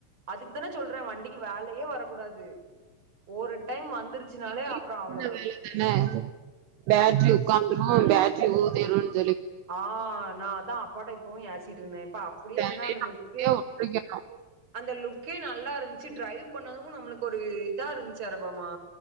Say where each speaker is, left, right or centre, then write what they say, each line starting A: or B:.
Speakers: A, on the right (about 25°); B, on the right (about 80°).
A: அதுக்கு தானே சொல்ற வண்டிக்கு வேலையே வரக்கூடாது ஒரு டைம் வந்துருச்சுனாலே
B: சின்ன
A: அப்றோ அவ்ளோதா
B: <unintelligible> பேட்ரி உட்காந்துரு பேட்ரி ஊதிறு
A: ஆ நா அதா அப்பாட அப்பவு ஏசீட்டு இருந்தே இப்ப அப்புடியே
B: ஃபேனே
A: இருந்தா அந்த லுக்கு.
B: அப்படியே ஒட்டிக்கணு
A: அந்த லுக்கே நல்லா இருந்து ச்சீ ட்ரைவ் பண்ணது நம்ளுக்கு ஒரு இதா இருந்துச்சு அரபமா